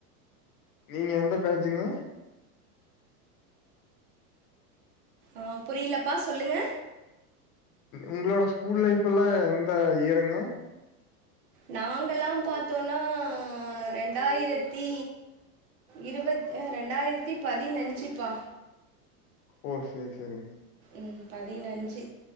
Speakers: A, on the left; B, on the right.
A: நீங்க எந்த பேஜ்ஜுங்க
B: ஆ புரிலப்பா சொல்லுங்க
A: உங்களோட ஸ்கூல் லைஃப்ல்லா எந்த இயருங்க
B: நாங்கல்லா பாத்தோனா ரெண்டாயிரத்தி இருவத் ரெண்டாயிரத்தி பதினஞ்சுப்பா
A: ஓ சேரி சேரிங்
B: ம் பதினஞ்சு